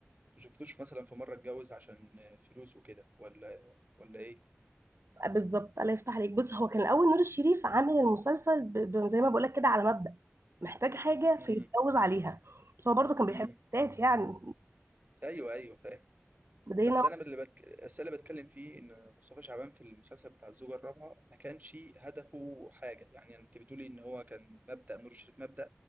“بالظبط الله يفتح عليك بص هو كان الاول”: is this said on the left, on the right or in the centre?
Right